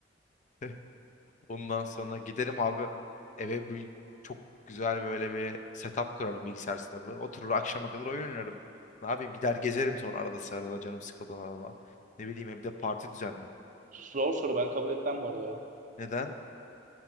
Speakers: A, on the left; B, on the right.
A: <laughs> Ondan sonra giderim abi eve bir, çok güzel böyle bir setup kurarım bilgisayar setup'ı. Oturur akşama kadar oyun oynarım. Ne yapayım gider gezerim sonra arada sırada canım sıkıldığında arada. Ne bileyim evde parti düzenlerim.
B: zor soru ben kabul etmem bu arada ya.
A: Neden?